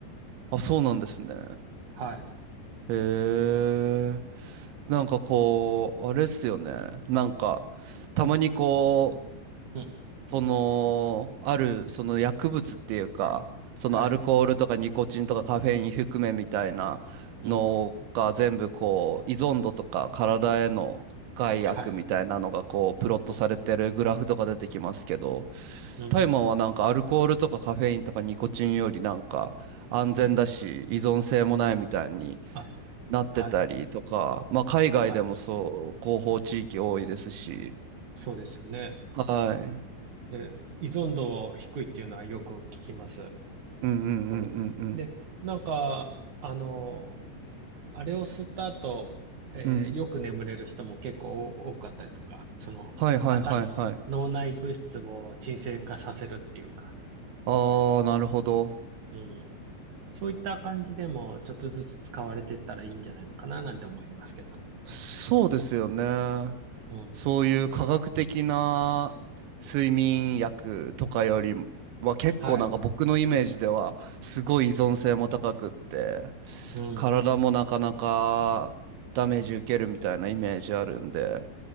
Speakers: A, on the right; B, on the right.
A: あ、そうなんですね。
B: はい。
A: へえ。なんかこう、
B: そ
A: あれっすよね。なんか、たまにこう、
B: ううん。
A: その、ある、その薬物っていうか、そのアルコールとかニコチンとかカフェイン含めみたいなのが全部こう、
B: はい。うん。
A: 依存度とか体への害悪みたいなのがこう、
B: はい。
A: プロットされてるグラフとか出てきますけど、
B: うん。
A: タイマーはなんかアルコールとかカフェインとかニコチンよりなんか安全だし、
B: うん。
A: 依存性もないみたいに
B: あ、
A: なってたりとか、
B: はい。
A: まあ海外でもそう、
B: はい。
A: 広報地域多いですし、
B: そうですよね。
A: はい。
B: で、依存度低いっていうのはよく聞きます。
A: うんうんうんうんうん。
B: そう。で、なんか、あの、あれを吸った後、えーよく眠れる人も結構多かったりとか、
A: うん
B: その、
A: はいはいはいはい。
B: あた、脳内物質を鎮静化させるっていうか、
A: ああ、なるほど。
B: うん。そういった感じでも、ちょっとずつ使われていったらいいんじゃないのかななんて思いますけど。
A: そうですよね。
B: うん。
A: そういう科学的な睡眠薬とかよりは結構なんか僕のイメージではすごい依存性も高くって
B: はい。うん。
A: 体もなかなかダメージ受けるみたいなイメージあるんで、